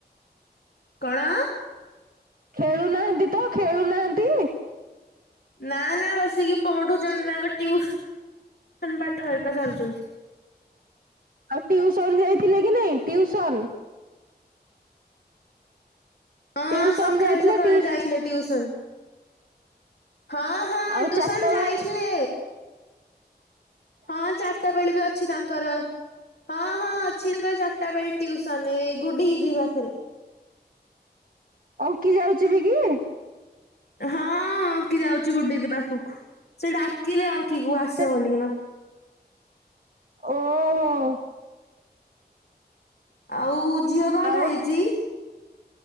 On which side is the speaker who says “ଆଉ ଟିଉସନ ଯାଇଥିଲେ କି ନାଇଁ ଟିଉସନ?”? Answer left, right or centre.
Right